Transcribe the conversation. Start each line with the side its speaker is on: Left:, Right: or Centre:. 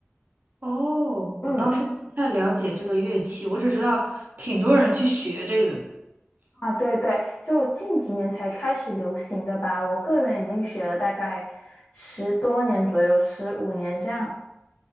Right: 哦，
Left: 嗯，
Right: 我倒是不太了解这个乐器，我只知道挺多人去学这个的
Left: 啊，对对，就近几年才开始流行的吧。我个人已经学了大概十多年左右，十五年这样。